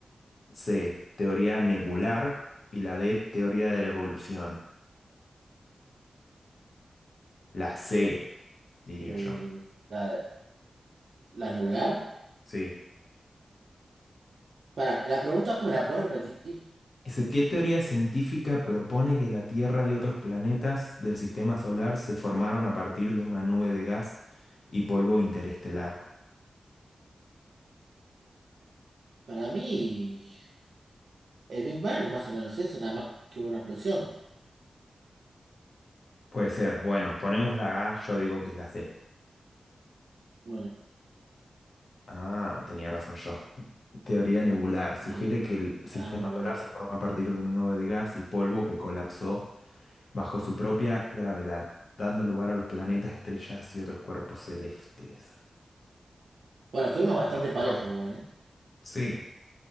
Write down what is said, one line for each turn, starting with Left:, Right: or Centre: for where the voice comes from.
Left: C. Teoría nebular. Y la D. Teoría de la evolución. La C, diría
Right: Eh,
Left: yo.
Right: la, la nebular.
Left: Sí.
Right: Para, la pregunta me la puedo repetir.
Left: Ese, ¿qué teoría científica propone que la Tierra y otros planetas del sistema solar se formaron a partir de una nube de gas y polvo interestelar?
Right: Para mí, el Big Bang es más o menos eso, nada más que hubo una explosión.
Left: Puede ser, bueno, ponemos la A, yo digo que es la C.
Right: Bueno,
Left: Ah, tenía razón yo. Teoría nebular sugiere
Right: bien.
Left: que el sistema
Right: Ah, me volar.
Left: solar se formó a partir de una nube de gas y polvo que colapsó bajo su propia gravedad, dando lugar a los planetas, estrellas y otros cuerpos celestes.
Right: Bueno, estuvimos bastante
Left: Ah, está.
Right: parejos igual, ¿eh?
Left: Sí,